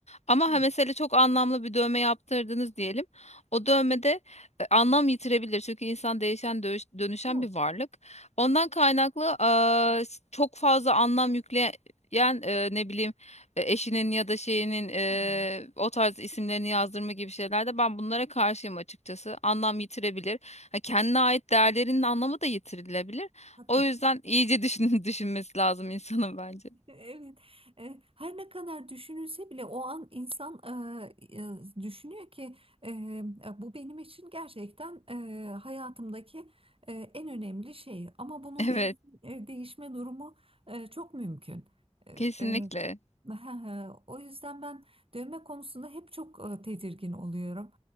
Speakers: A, on the left; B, on the right.
A: Ama
B: Evet,
A: ha mesela çok anlamlı bir dövme yaptırdınız diyelim. O dövmede e, anlam yitirebilir. Çünkü insan değişen, dönüş- dönüşen
B: çok.
A: bir varlık. Ondan kaynaklı eee, s- çok fazla anlam yükleyen eee, ne bileyim e, eşinin ya da şeyinin eee,
B: Hı hı,
A: o tarz isimlerini yazdırma gibi şeylerde ben bunlara karşıyım açıkçası. Anlam yitirebilir. Ha, kendine ait değerlerinin anlamı da yitirilebilir.
B: tabii.
A: O yüzden iyice düşün <laughs> düşünmesi lazım insanın bence.
B: Evet. E, her ne kadar düşünülse bile o an insan e, e, düşünüyor ki e, e, bu benim için gerçekten e, hayatımdaki e, en önemli şey. Ama bunun
A: Evet,
B: değiş- e, değişme durumu e, çok mümkün. E,
A: kesinlikle.
B: e, <laughs> o yüzden ben dövme konusunda hep çok e, tedirgin oluyorum.